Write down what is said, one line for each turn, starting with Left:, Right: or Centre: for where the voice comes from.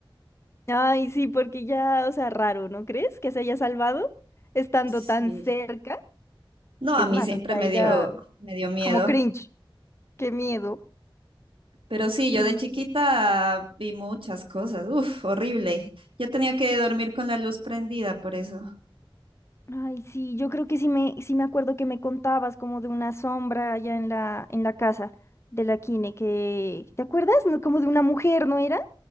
Left: Ay, sí, porque ya, o sea, raro, ¿no crees? Que se haya salvado estando
Right: Sí.
Left: tan cerca.
Right: No,
Left: Es
Right: a mí
Left: más,
Right: siempre
Left: hasta
Right: me
Left: ella,
Right: dio, me dio miedo.
Left: como cringe. Qué miedo.
Right: Pero sí,
Left: Qué
Right: yo de
Left: miedo.
Right: chiquita vi muchas cosas. Uf, horrible. Yo tenía que dormir con la luz prendida por eso.
Left: Ay, sí, yo creo que sí me, sí me acuerdo que me contabas como de una sombra allá en la, en la casa de la Kine, que, ¿te acuerdas? No, como de una mujer, ¿no era?